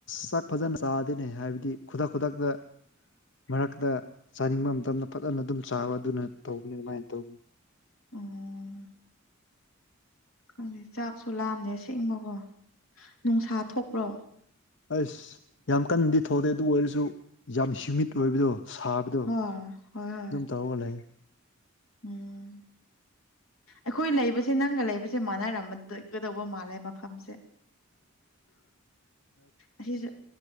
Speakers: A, on the left; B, on the left.
A: ꯆꯥꯛ ꯐꯖꯅ ꯆꯥꯗꯦꯅꯦ ꯍꯥꯏꯕꯗꯤ ꯈꯨꯗꯛ ꯈꯨꯗꯛꯇ ꯃꯔꯛꯇ ꯆꯥꯅꯤꯡꯕ ꯃꯇꯝꯗ ꯐꯖꯅ ꯑꯗꯨꯝ ꯆꯥꯕ ꯑꯗꯨꯅ ꯇꯧꯅꯤ ꯑꯗꯨꯃꯥꯏꯅ ꯇꯧꯅꯤ
B: ꯎꯝ ꯈꯪꯗꯦ ꯆꯥꯛꯁꯨ ꯂꯥꯝꯗꯦ ꯑꯁꯦꯡꯕꯀꯣ ꯅꯨꯡꯁꯥ ꯊꯣꯛꯄ꯭ꯔꯣ
A: ꯑꯁ ꯌꯥꯝ ꯀꯟꯅꯗꯤ ꯊꯣꯛꯇꯦ ꯑꯗꯨ ꯑꯣꯏꯔꯁꯨ ꯌꯥꯝ ꯍ꯭ꯌꯨꯃꯤꯠ ꯑꯣꯏꯕꯗꯣ ꯁꯥꯕꯗꯣ
B: ꯍꯣꯏ ꯍꯣꯏ ꯍꯣꯏ
A: ꯑꯗꯨꯝ ꯇꯧꯔꯒ ꯂꯩ
B: ꯎꯝ ꯑꯈꯣꯏ ꯂꯩꯕꯁꯦ ꯅꯪꯒ ꯂꯩꯕꯁꯦ ꯃꯥꯟꯅꯔꯝꯒꯗꯧꯕ ꯃꯥꯜꯂꯦ ꯃꯐꯝꯁꯦ
A: <inaudible>
B: ꯑꯁꯤꯁꯨ